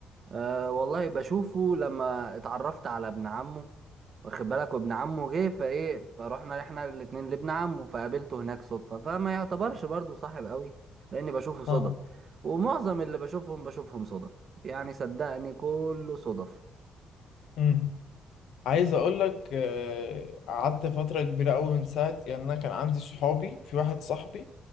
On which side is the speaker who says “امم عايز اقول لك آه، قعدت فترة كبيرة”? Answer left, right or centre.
Left